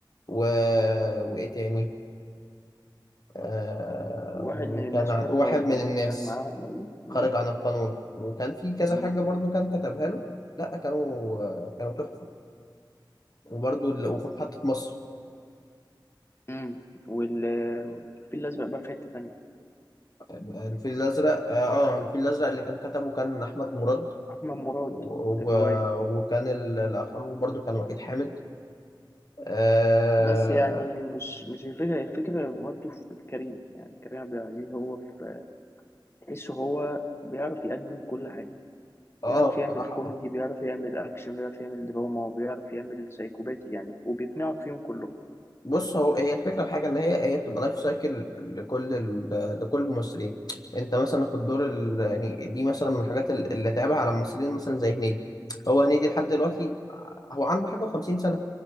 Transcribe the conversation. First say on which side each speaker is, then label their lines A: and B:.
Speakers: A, on the left; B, on the left.
A: و... وايه تاني آه...
B: واحد
A: وكان
B: من الناس
A: عن...
B: وخارج
A: واحد
B: على القانون
A: من الناس
B: كان معاهم قوي مم.
A: خارج عن القانون وكان في كذا
B: مم.
A: حاجة برضو كان كتبها له لا كانوا كانوا تحفة وبرضو ال... وفي محطة مصر
B: مم. وال الفيل الأزرق بقى في حتة تانية
A: آه، الفيل الأزرق اه آه، الفيل الأزرق اللي كان كتبه كان أحمد مراد
B: أحمد مراد
A: و...
B: الرواية
A: وكان ال- الاخر برضو كان وحيد حامد اه
B: بس يعني مش مش الفكرة الفكرة برضه في في كريم يعني كريم عبد العزيز هو في تحسه هو بيعرف يقدم كل حاجة
A: آه،
B: بيعرف
A: بصراحه
B: يعمل كوميدي بيعرف يعمل أكشن بيعرف يعمل دراما وبيعرف يعمل سايكوباتي يعني وبيقنعك فيهم كلهم
A: بص هو هي الفكره في حاجه ان هي هي بتبقى لايف سايكل لكل ال... لكل الممثلين انت مثلا في الدور ال... يعني دي مثلا من الحاجات ال- اللي اتعبها على الممثلين مثلا زي هنيدي هو هنيدي لحد دلوقتي هو عنده حاجه و50 سنه